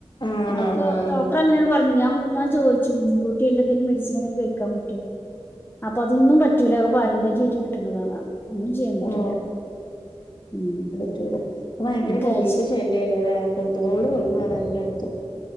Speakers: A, on the left; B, on the left.
A: ആണോ
B: അതൊക്കെ
A: ആഹ്
B: ഡോക്ടർ അങ്ങനാണ് പറഞ്ഞത് ഞാൻ ഞാൻ ചോദിച്ചു മുൻകൂട്ടി എന്തെങ്കിലും മെഡിസിൻ എന്തെങ്കിലും കഴിക്കാൻ പറ്റോന്ന് അപ്പൊ അതൊന്നും പറ്റൂലാ അത് പാരമ്പര്യ ആയിട്ട് കിട്ടുന്നതാ പറഞ്ഞു ഒന്നും ചെയ്യാൻ പറ്റൂലാ
A: ഓ
B: ഉം
A: <unintelligible> ഇപ്പൊ ഭയങ്കര
B: നമ്മള്
A: കൊതുകിന്റെ
B: കാൽസ്യത്തിന്
A: ശല്യാല്ലേ കൊതുകോട് കൊതുകാണ് എല്ലാടത്തും